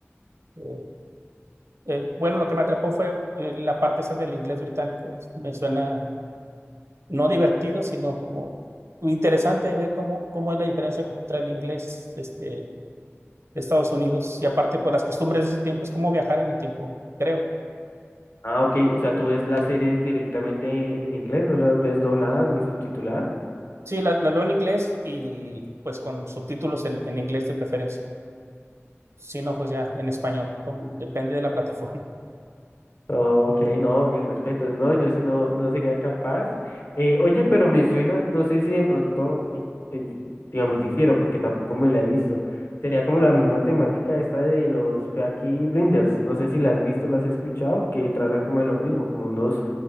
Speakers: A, on the right; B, on the left.
A: Eh, eh, bueno, lo que me atrapó fue eh, la parte esa del inglés británico. Me suena no divertido, sino como interesante ver cómo, cómo es la diferencia contra el inglés este, de Estados Unidos. Y aparte, por las costumbres de ese tiempo, es como viajar en el tiempo, creo.
B: Ah, ok, o sea, tú ves las series directamente en inglés, no las ves doblada ni subtitulada.
A: Sí, las las veo en inglés y pues con subtítulos en, en inglés de preferencia. Si no, pues ya en español, como- depende de la plataforma. <laughs>
B: Ok, no, mis respetos. No, yo sí no, no sería capaz. Eh, oye, pero me suena, no sé si de pronto, eh, eh, digamos, difiero, porque tampoco me la he visto. Sería como la misma temática esta de los Peaky Blinders. No sé si la has visto, la has escuchado, que trata como de lo mismo, como unos,